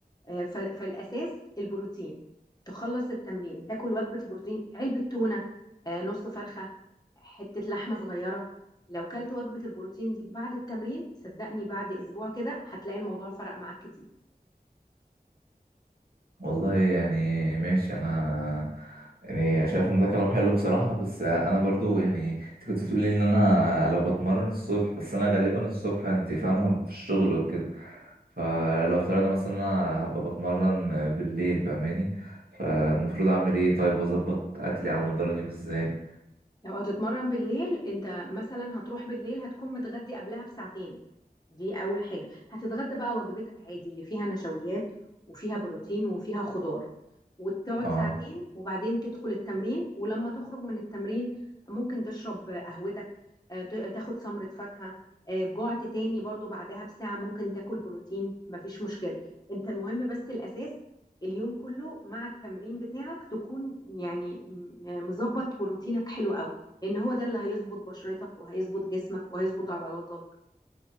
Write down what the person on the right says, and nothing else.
والله يعني ماشي انا يعني شايف ان ده كلام حلو بصراحة بس انا برضو يعني انت كنت بتقولي ان انا لو بتمرن الصبح بس انا غالبا الصبح انت فاهمة هبقى في الشغل وكده فلو افترضنا مثلا انا هبقى بتمرن بالليل فاهماني فالمفروض اعمل ايه طيب واظبط اكلي على مدار اليوم ازاي
اه